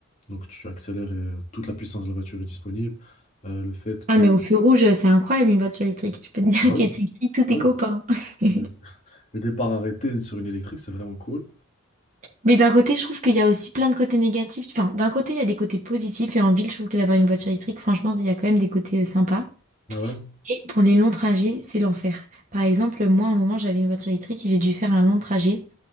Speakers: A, on the left; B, on the right.
A: Donc, tu accélères et euh, toute la puissance de la voiture est disponible. Euh, le fait
B: Ah,
A: que.
B: mais au feu rouge, c'est incroyable une voiture électrique. Tu peux te dire
A: Ah oui,
B: <laughs> qu'elle t'écrit tous tes
A: ah oui.
B: copains. <laughs>
A: Le le départ arrêté sur une électrique, c'est vraiment cool.
B: Mais d'un côté, je trouve qu'il y a aussi plein de côtés négatifs. Enfin, d'un côté, il y a des côtés positifs et en ville, je trouve que d'avoir une voiture électrique, franchement, il y a quand même des côtés euh, sympas.
A: Ah ouais.
B: Et pour les longs trajets, c'est l'enfer. Par exemple, moi, à un moment, j'avais une voiture électrique et j'ai dû faire un long trajet.